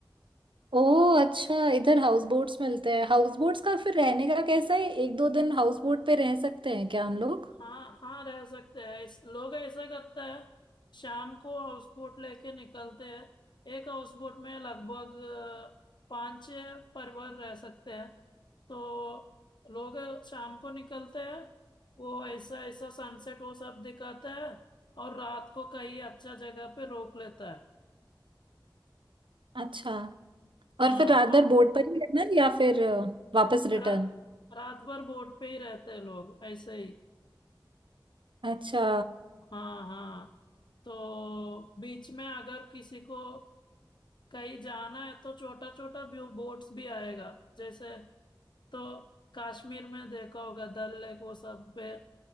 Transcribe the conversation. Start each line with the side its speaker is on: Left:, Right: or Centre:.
Right: ओह अच्छा इधर हाउस बोट्स मिलते हैं हाउस बोट्स का फिर रहने का कैसा है एक दो दिन हाउस बोट पे रह सकते हैं क्या हम लोग
Left: हाँ हाँ रह सकते हैं इस लोग ऐसा करते हैं शाम को हाउस बोट लेके निकलते हैं एक हाउस बोट में लगभग अ, पाँच छह परिवार रह सकते हैं तो लोग शाम को निकलते हैं वो ऐसा ऐसा सनसेट वो सब दिखाते हैं और रात को कहीं अच्छा जगह पे रोक लेता है
Right: अच्छा
Left: हाँ
Right: और फिर रात
Left: अ-
Right: भर बोट पर ही रहना है या फिर अ, वापस
Left: रा,
Right: रिटर्न
Left: रात भर बोट पे ही रहते हैं लोग ऐसे ही
Right: अच्छा
Left: हाँ हाँ तो बीच में अगर किसी को कहीं जाना है तो छोटा छोटा व्यू बोट्स भी आएगा जैसे तो कश्मीर में देखा होगा डल लेक वो सब पे